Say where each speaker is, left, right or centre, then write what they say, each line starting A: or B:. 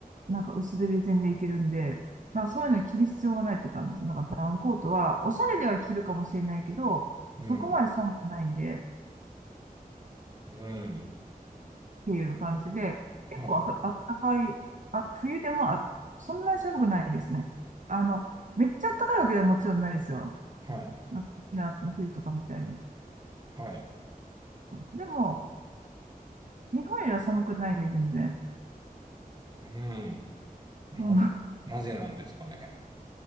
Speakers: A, on the right; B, on the right.
A: なんか薄手で全然いけるんで、まあ、そういうの着る必要がないって感じです。なんかダウンコートは、おしゃれでは着るかもしれないけど、
B: うん、
A: そこまで寒くないんで、っ
B: うん。
A: ていう感じで、結構あか、
B: はい、
A: あったかい、あ、冬でもあ、そんなに寒くないですね。あの、めっちゃあったかいわけではもちろんないですよ。
B: はい、
A: 沖縄の冬とかみたいに。
B: はい。
A: うん、でも、日本よりは寒くないね、全然。
B: うん。なぜ、
A: うん。い
B: なぜなんですかね。